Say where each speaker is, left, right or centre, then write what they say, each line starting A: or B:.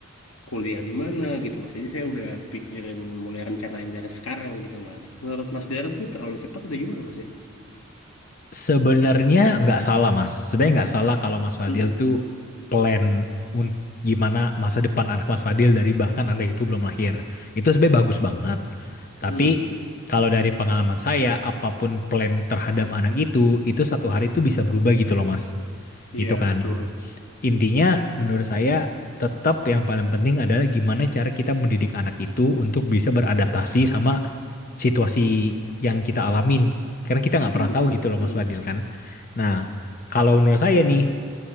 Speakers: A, on the left; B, on the left.
A: kuliah di mana gitu Mas. Jadi saya udah pikirin mulai rencanain dari sekarang gitu Mas. Menurut Mas Darren tuh terlalu cepat atau gimana Mas ya?
B: Sebenarnya nggak salah Mas. Sebenarnya nggak salah kalau Mas Fadil
A: Hmm, hmm, hmm.
B: tuh plan untuk gimana masa depan anak Mas Fadil dari bahkan anak itu belum lahir. Itu sebenarnya bagus banget. Tapi
A: Hmm, hmm.
B: kalau dari pengalaman saya, apapun plan terhadap anak itu, itu satu hari itu bisa berubah gitu loh Mas.
A: Iya
B: Gitu kan.
A: betul.
B: Intinya menurut saya tetap yang paling penting adalah gimana cara kita mendidik anak itu untuk bisa beradaptasi sama situasi yang kita alamin. Karena kita nggak
A: Hmm,
B: pernah tahu gitu loh
A: hmm.
B: Mas Fadil kan. Nah, kalau menurut saya nih